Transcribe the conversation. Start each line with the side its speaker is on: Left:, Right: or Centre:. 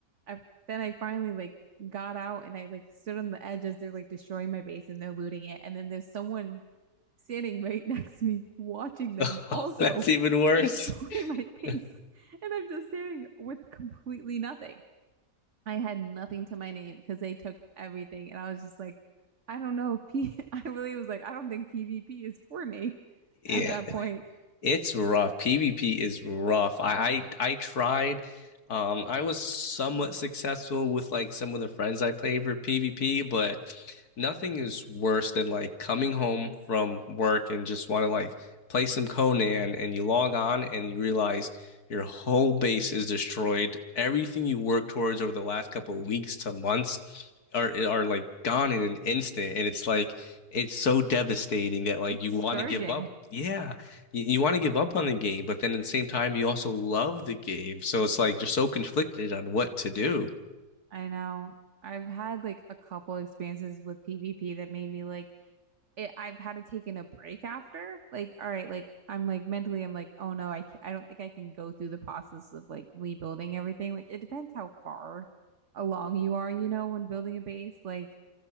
Right: I then I finally like got out and I like stood on the edge as they're like destroying my base and they're looting it. And then there's someone standing right <laughs> next to me watching them
Left: <laughs>
Right: also
Left: That's even
Right: <laughs>
Left: worse.
Right: destroy my base.
Left: <laughs>
Right: And I'm just standing with completely nothing. I had nothing to my name because they took everything. And I was just like, I don't know. P <laughs> I really was like, I don't think PvP is for me
Left: Yeah.
Right: at that point.
Left: It's rough. PvP is rough. I, I I tried. Um, I was somewhat successful with like some of the friends I played for PvP, but nothing is worse than like coming home from work and just want to like play some Conan and you log on and you realize your whole base is destroyed. Everything you worked towards over the last couple of weeks to months are are like gone in an instant. And it's like it's so devastating that like
Right: It's
Left: you
Right: scourging.
Left: want to give up. Yeah, you, you want to give up on the game, but then at the same time you also love the game. So it's like you're so conflicted on what to do.
Right: I know. I've had like a couple experiences with PvP that made me like it, I've had to take in a break after. Like, all right, like I'm like mentally, I'm like, oh no, I can't, I don't think I can go through the process of like rebuilding everything. Like, it depends how far along you are, you know, when building a base. Like